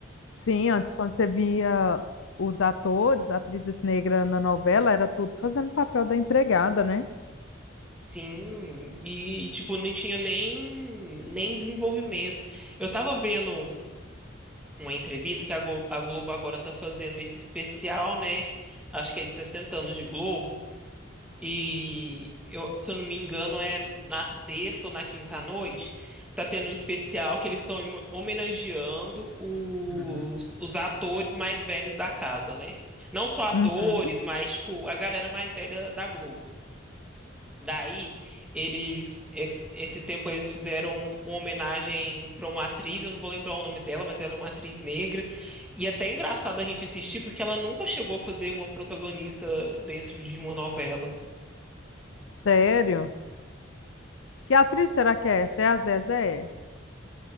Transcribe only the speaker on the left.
Sim, antes, quando você via os atores, atrizes negras na novela, era tudo fazendo papel da empregada, né?
<laughs>
Uhum.
Sério? Que atriz será que é essa? É a Zezé?